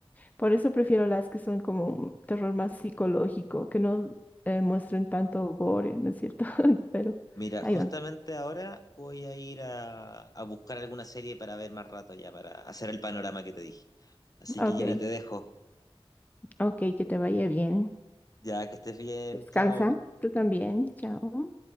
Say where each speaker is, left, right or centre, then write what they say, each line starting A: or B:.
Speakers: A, on the left; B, on the left.
A: Por eso prefiero las que son como un terror más psicológico, que no eh, muestren tanto gore, ¿no es cierto? <laughs> Pero
B: Mira,
A: ahí
B: justamente
A: van.
B: ahora voy a ir a, a buscar alguna serie para ver más rato ya, para hacer el panorama que te dije. Así
A: Ok,
B: que Gina, te dejo.
A: ok, que te vaya bien.
B: Ya que estés bien,
A: Descansa.
B: chao.
A: Tú también. Chao.